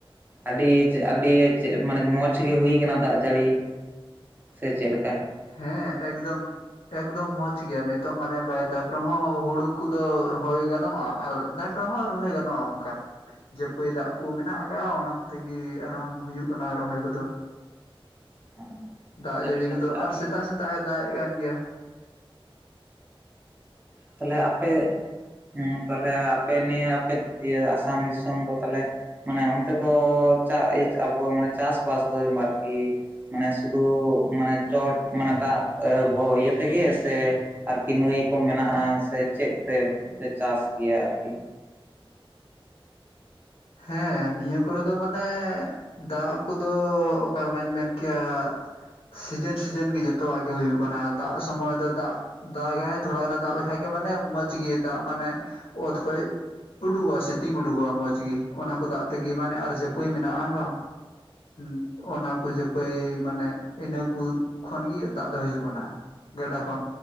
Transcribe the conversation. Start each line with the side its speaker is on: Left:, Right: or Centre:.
Right: ᱟᱹᱰᱤ ᱟᱹᱰᱤ ᱢᱟᱱᱮ ᱢᱚᱸᱡᱽ ᱜᱮ ᱦᱩᱭ ᱟᱠᱟᱱᱟ ᱫᱟᱜ ᱡᱟᱹᱲᱤ ᱥᱮ ᱪᱮᱫ ᱞᱮᱠᱟ?
Left: ᱦᱮᱸ ᱮᱠᱫᱚᱢ ᱾ ᱮᱠᱫᱚᱢ ᱢᱚᱸᱡᱽ ᱜᱮᱭᱟ ᱱᱤᱛᱚᱜ ᱢᱟᱱᱮ ᱵᱟᱭ ᱫᱟᱜᱽ ᱨᱮᱦᱚᱸ ᱦᱩᱲᱩ ᱠᱚᱫᱚ ᱨᱚᱦᱚᱭ ᱜᱟᱱᱚᱜ-ᱟ, ᱟᱨ ᱫᱟᱠᱽ ᱨᱮᱦᱚᱸᱭ ᱨᱚᱦᱚᱭ ᱜᱟᱱᱚᱜ-ᱟ ᱚᱱᱠᱟ ᱡᱟᱹᱯᱟᱹᱭ ᱫᱟᱜ ᱠᱚ ᱢᱮᱱᱟᱜ ᱚᱱᱟ ᱠᱚᱛᱮ ᱜᱮ ᱟᱨᱟᱢ ᱦᱩᱭᱩᱜ ᱠᱟᱱᱟ ᱨᱚᱦᱚᱭ ᱠᱚᱫᱚ᱾
Right: ᱟᱪᱪᱷᱟ
Left: ᱫᱟᱜ ᱡᱟᱹᱲᱤ
Right: ᱟᱪᱪᱷᱟ
Left: ᱠᱚᱫᱚ
Right: ᱟᱪᱪᱷᱟ
Left: ᱟᱨ
Right: ᱟᱯᱮ
Left: ᱥᱮᱛᱟᱜ ᱥᱮᱛᱟᱜᱮ ᱫᱟᱜᱮᱜ ᱠᱟᱱ ᱜᱮᱭᱟ ᱾
Right: ᱛᱟᱦᱚᱞᱮ ᱟᱯᱮ ᱦᱮᱸ ᱛᱟᱦᱞᱮ ᱟᱯᱮ ᱱᱤᱭᱟᱹ ᱟᱯᱮ ᱤᱭᱟᱹ ᱟᱥᱟᱢ ᱫᱤᱥᱚᱢ ᱫᱚ ᱛᱟᱞᱦᱮ ᱢᱟᱱᱮ ᱚᱱᱛᱮ ᱫᱚ ᱪᱟ ᱤ ᱟᱵᱚ ᱢᱟᱱᱮ ᱪᱟᱥᱵᱟᱥ ᱫᱚ ᱟᱨᱠᱤ ᱢᱟᱱᱮ ᱥᱩᱫᱩ ᱢᱟᱱᱮ ᱪᱚᱴ ᱢᱟᱱᱮ ᱫᱟᱜ ᱵᱷᱚ ᱤᱭᱟᱹ ᱛᱮᱜᱮ ᱥᱮ ᱟᱨᱠᱤ ᱱᱟᱹᱭ ᱠᱚ ᱢᱮᱱᱟᱜ-ᱟ ᱥᱮ ᱪᱮᱫ ᱛᱮ ᱯᱮ ᱪᱟᱥ ᱜᱮᱭᱟ ᱟᱨᱠᱤ?
Left: ᱦᱮᱸ ᱱᱤᱭᱟᱹ ᱠᱚᱨᱮ ᱫᱚ ᱢᱟᱱᱮ ᱫᱟᱜ ᱠᱚᱫᱚ ᱚᱠᱟᱞᱮ ᱞᱮᱠᱟᱧ ᱢᱮᱱ ᱠᱮᱭᱟ ᱥᱤᱡᱮᱱ ᱥᱤᱡᱮᱱ ᱜᱮ ᱡᱚᱛᱚᱣᱟᱜ ᱜᱮ ᱦᱩᱭᱩᱜ ᱠᱟᱱᱟ ᱫᱟᱜ ᱥᱚᱢᱚᱭ ᱫᱚ ᱫᱟᱜ ᱫᱟᱜᱟᱭ ᱛᱷᱚᱲᱟ ᱜᱟᱱᱮ ᱫᱟᱜ ᱞᱮᱠᱷᱟᱡ ᱜᱮ ᱢᱟᱱᱮ ᱢᱚᱡᱽ ᱜᱮ ᱫᱟᱜ ᱢᱟᱱᱮ ᱚᱛ ᱠᱷᱚᱡ ᱩᱰᱩᱜᱚᱜ-ᱟ ᱥᱤᱛᱤᱝ ᱩᱰᱩᱜᱚᱜ-ᱟ ᱢᱚᱸᱡᱽ ᱜᱮ ᱚᱱᱟ ᱠᱚ ᱫᱟᱜ ᱛᱮᱜᱮ ᱢᱟᱱᱮ ᱟᱨ ᱡᱟᱹᱯᱟᱹᱭ ᱢᱮᱱᱟᱜ-ᱟ ᱵᱟᱝ, ᱦᱩᱸ ᱚᱱᱟᱠᱚ ᱡᱟᱹᱯᱟᱹᱭ ᱢᱟᱱᱮ ᱤᱱᱟᱹᱠᱩ ᱠᱷᱚᱱᱜᱤ ᱫᱟᱜ ᱫᱚ ᱦᱤᱡᱩᱜ ᱠᱟᱱᱟ᱾ ᱜᱟᱰᱟ ᱠᱷᱚᱱ